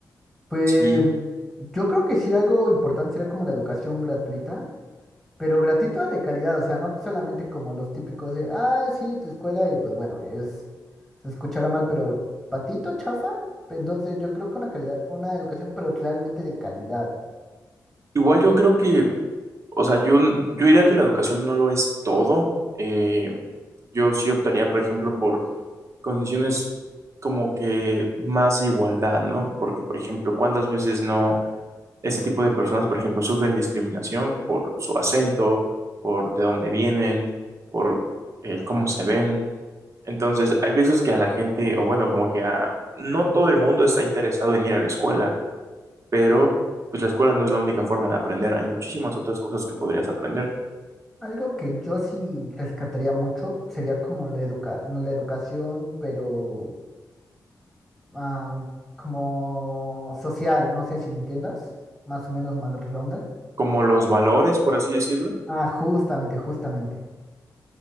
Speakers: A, in the centre; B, on the right.
A: Pues
B: sí.
A: yo creo que sí algo importante sería como la educación gratuita. Pero gratuita de calidad, o sea, no solamente como los típicos de, ah, sí, tu escuela, y pues bueno, es, se escuchará mal, pero patito, chafa. Entonces yo creo que una calidad, una educación, pero realmente de calidad.
B: Igual yo creo que, o sea, yo, yo diría que la educación no lo es todo. Eh, yo sí optaría, por ejemplo, por condiciones como que más de igualdad, ¿no? Porque, por ejemplo, ¿cuántas veces no este tipo de personas, por ejemplo, sufren discriminación por su acento, por de dónde vienen, por eh, cómo se ven? Entonces, hay veces que a la gente, o bueno, como que a, no todo el mundo está interesado en ir a la escuela, pero pues la escuela no es la única forma de aprender, hay muchísimas otras cosas que podrías aprender,
A: Algo que yo sí rescataría mucho sería como la educa, no, la educación, pero am, como social, no sé si me entiendas, más o menos más redonda.
B: como los valores, por así decirlo.
A: Ah, justamente, justamente.